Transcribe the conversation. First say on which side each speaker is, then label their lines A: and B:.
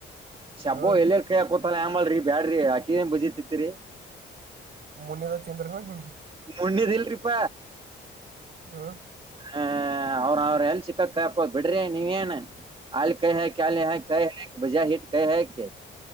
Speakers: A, on the right; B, on the right.
A: ಶಬೋ
B: ನೀವು
A: ಎಲ್ಲ ಕೈಾಕೋತಲ್ಲ ಹೆ ಮಾಡಲ್ರಿ ಬ್ಯಾಡ್ರಿ ಆಾಕಿನ ಬಜಿತಿತಿ
B: ಮುನ್ನಿದ ತಿಂದ್ರನ ಹ್ಮ
A: ಮುನ್ನದ ಇಲ್ರಿಪ
B: ಹ್ಮ
A: ಹ ಅವ್ರ ಅವ್ರ ಎಲ್ ಚಕ್ಕಕ್ಕದ್ ಬಿಡ್ರಿ ನೀವೇನ್ ಅಲ್ ಕೈ ಹ ಕ ಕೈ ಬಜಾ ಹಿಟ್ ಕೈ ಹಕ್